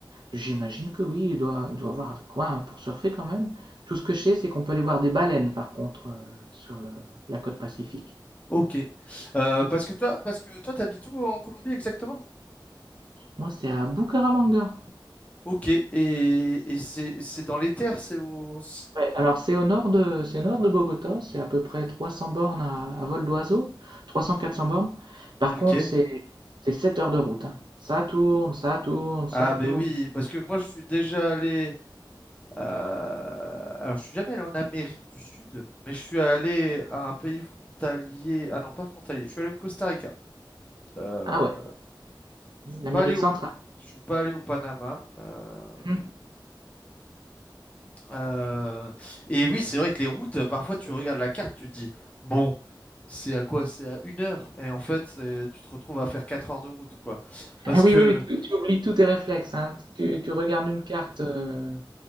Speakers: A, on the right (about 65°); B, on the left (about 15°).
A: J'imagine que oui, il doit, il doit y avoir de quoi hein, pour surfer quand même. Tout ce que je sais, c'est qu'on peut aller voir des baleines, par contre, euh, sur le- la côte Pacifique.
B: Ok. Euh, parce que toi, parce que toi, t'habites où en Colombie exactement?
A: Moi, c'est à Bucaramanga.
B: Ok. Et, et c'est c'est dans les terres, c'est au. c'est-
A: Ouais, alors c'est au nord de, c'est au nord de Bogota, c'est à peu près 300 bornes à, à vol d'oiseau, 300-400 bornes. Par
B: Ok.
A: contre, c'est, c'est 7 heures de route. hein. Ça tourne, ça tourne, ça
B: Ah
A: tourne.
B: ben oui, parce que moi je suis déjà allé. euh, Alors je suis jamais allé en Amérique du Sud, mais je suis allé à un pays frontalier. Ah non, pas frontalier. Je suis allé au Costa Rica. Euh,
A: Ah ouais,
B: Je suis
A: l'Amérique
B: pas allé au.
A: centrale.
B: Je suis pas allé au Panama. euh,
A: Mhm.
B: euh, Et oui, c'est vrai que les routes, parfois tu regardes la carte, tu te dis, bon. C'est à quoi? C'est à une heure. Et en fait, c'est- tu te retrouves à faire quatre heures de route, quoi. Parce
A: Ah oui,
B: que,
A: oui, oui, tu, tu oublies tous tes réflexes. hein. Tu, tu regardes une carte, euh,